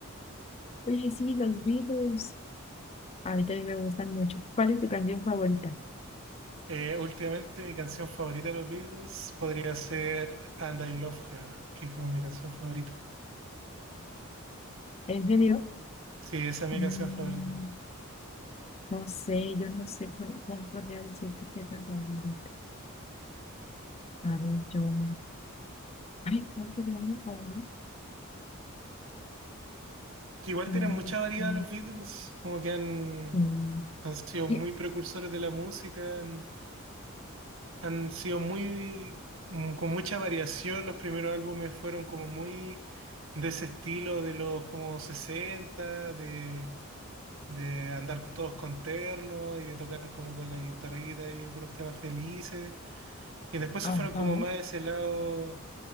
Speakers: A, on the left; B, on the right.
A: Oye, sí, los Beatles. A mí también me gustan mucho. ¿Cuál es tu canción favorita?
B: Eh, últimamente mi canción favorita de los Beatles podría ser And I Love Her, que es como mi canción favorita.
A: ¿En serio?
B: Sí, esa es mi
A: Mm,
B: canción favorita.
A: no sé, yo no sé cuál, cuál podría decirte que es la favorita. A ver, yo. Ay, ¿cuál sería mi favorita?
B: Que igual
A: No
B: tienen
A: lo
B: mucha
A: sé.
B: variedad los Beatles, como que han,
A: Mm,
B: han sido
A: ye-
B: muy precursores de la música, han, han sido muy, mm, con mucha variación, los primeros álbumes fueron como muy de ese estilo de los como 60 de, de andar todos con terno y de tocar como con la guitarrita y puros temas felices, y después
A: Ajá.
B: se fueron como más de ese lado,